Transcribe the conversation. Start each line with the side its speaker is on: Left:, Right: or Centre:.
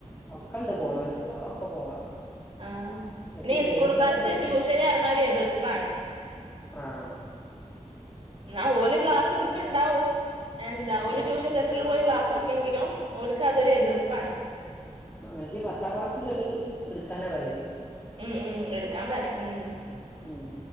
Left: ഒക്കെണ്ട് പോണവർക്ക് ഒക്കെ പോവാ
Right: ആഹ്
Left: പക്ഷെ
Right: പിന്നെ ഈ
Left: മെയിന്
Right: സ്കൂൾ
Left: ഇപ്പ
Right: കാർക്ക്
Left: എല്ലാരും
Right: ട്യൂഷന്
Left: എസ്
Right: പറഞ്ഞ ഒരു എതിർപ്പാണ്
Left: ആഹ്
Right: ഇന്നാ ഓല് ക്ലാസ് എടു ഉണ്ടാവും എന്താ ഒരു
Left: ആ
Right: ട്യൂഷൻ സെന്ററിൽ പോയി ക്ലാസ് എടുക്കെങ്കിലും ഓൽക്ക് അതൊരു എതിർപ്പാണ്
Left: ആഹ് പക്ഷേ പത്താ ക്ലാസ്ൽ ഇല്ലോല് എടുക്കാനാ പറയല്
Right: ഉം ഉം എടുക്കാൻ പറയും ഉം
Left: ഉം